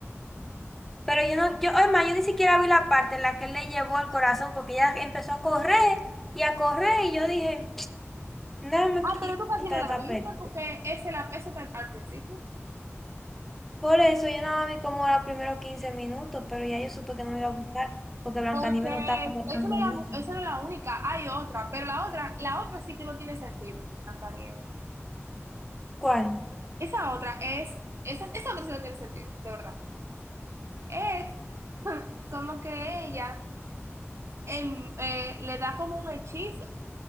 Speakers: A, in the centre; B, on the right (about 70°).
A: Pero yo no, yo, además, yo ni siquiera vi la parte en la que él le llevó el corazón porque ella empezó a correr y a correr y yo dije, nada me
B: Ah,
A: quita
B: pero tú casi no la
A: esta
B: viste,
A: película.
B: porque ese la, eso está al principio.
A: Por eso yo nada más vi como los primeros 15 minutos, pero ya yo supe que no me iba a gustar porque Blancanieves
B: Porque
A: no estaba como
B: esa
A: tan
B: no
A: bonita.
B: es la, esa no es la única, hay otra, pero la otra, la otra sí que no tiene sentido, Blancanieves.
A: ¿Cuál?
B: Esa otra es, esa, esa otra sí no tiene sentido, de verdad. Es como que ella em, eh, le da como un hechizo